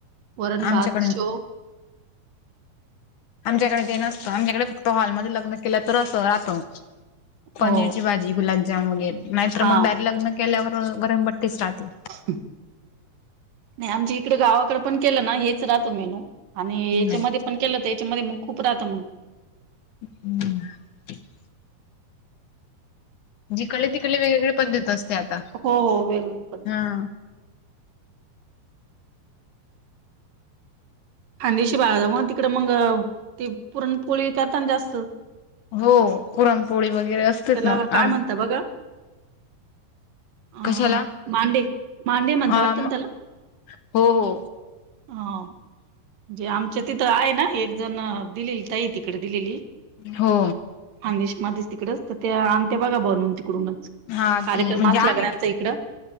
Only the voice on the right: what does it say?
वरण-भात
शेव.
हो
हा
नाही आमच्याइकडे गावाकडं पण केलं ना हेच राहतो मेनू. आणि याच्यामध्ये
पण केलं तर याच्यामध्ये मग खूप राहतं मग
हो हो वेगवेगळे पद्धती
खांदेशी भाग हा तिकड मंग ते पुरण पोळी करताना जास्त.
त्याला
काय
म्हणता बघा अ
मांडे मांडे म्हणता
वाटतं
ना त्याला
हा. जे आमच्या तिथं हाय ना एक जण दिलेली ताई तिकडं दिलेली
खानदेशमध्येचं तिकडच तर त्या आणते बघा बनून तिकडूनच
कार्यक्रम
असला
का त्यांचा इकडं.